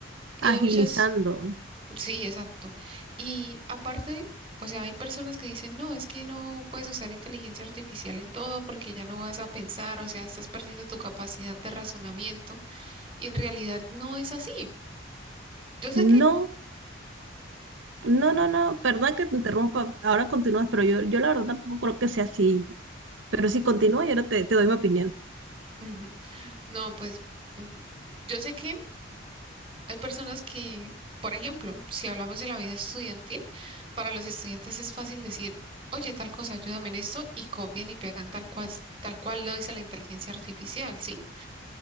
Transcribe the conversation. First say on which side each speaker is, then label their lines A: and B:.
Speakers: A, on the right; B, on the right.
A: Y hay
B: agilizando.
A: muchas Sí, exacto. Y aparte, o sea, hay personas que dicen, no, es que no puedes usar inteligencia artificial en todo porque ya no vas a pensar, o sea, estás perdiendo tu capacidad de razonamiento y en realidad no es así. Yo sé
B: No,
A: que,
B: no, no, no, perdón que te interrumpa, ahora continúas, pero yo, yo la verdad tampoco creo que sea así. Pero si continúa y ahora te, te doy mi opinión.
A: <laughs> no, pues, mm, yo sé que hay personas que, por ejemplo, si hablamos de la vida estudiantil, para los estudiantes es fácil decir, oye, tal cosa, ayúdame en esto y copian y pegan tal cual, tal cual lo dice la inteligencia artificial, ¿sí?